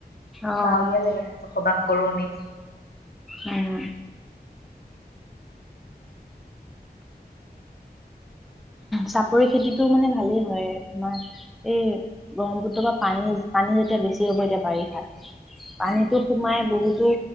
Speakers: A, in the centre; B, on the left (about 70°).
A: অ
B: গাঁৱলীয়া জেগাতটো <unintelligible> কৰো আমি।
A: উম। চাপৰি খেতিটো মানে ভালেই হয়, তোমাৰ এই ব্ৰহ্মপুত্ৰৰ পৰা পানী, পানী যেতিয়া বেছি হ'ব এতিয়া বাৰিষাত পানীটো সোমাই বহুতো